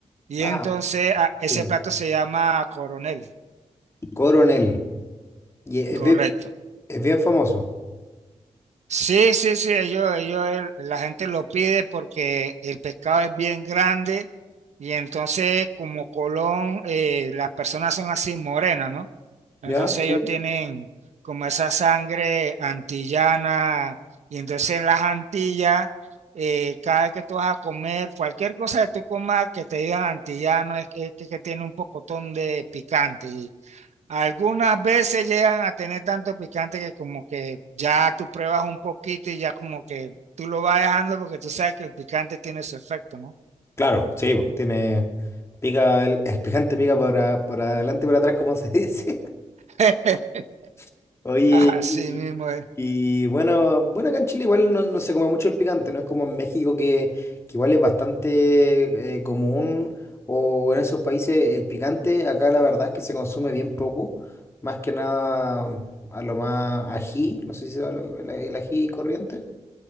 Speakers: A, on the right (about 75°); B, on the left (about 25°).
A: Y
B: Ah,
A: entonces ah, ese
B: bien.
A: plato se llama coronel.
B: Coronel. Y es,
A: Correcto.
B: Es bien famoso,
A: Sí, sí, sí, ellos, ellos, el- la gente lo pide porque el pescado es bien grande y entonces como Colón, eh, las personas son así morenas, ¿no? Entonces
B: ¿ya? ¿Sí?
A: ellos tienen como esa sangre antillana y entonces en las Antillas, eh, cada vez que tú vas a comer, cualquier cosa que tú comas que te digan antillano es que, es que tiene un pocotón de picante y, algunas veces llegan a tener tanto picante que como que ya tú pruebas un poquito y ya como que tú lo vas dejando porque tú sabes que el picante tiene su efecto, ¿no?
B: Claro, sí, po, tiene, pica, el, <laughs> el picante pica para, para adelante y para atrás, como se dice.
A: <laughs>
B: <laughs> Oye,
A: Así
B: y,
A: mismo es.
B: y bueno, bueno, acá en Chile igual no, no se come mucho el picante, no es como en México que, que igual es bastante eh, común, o, o en esos países el picante, acá la verdad es que se consume bien poco, más que nada a lo más ají, no sé si se llama lo- el, el ají corriente.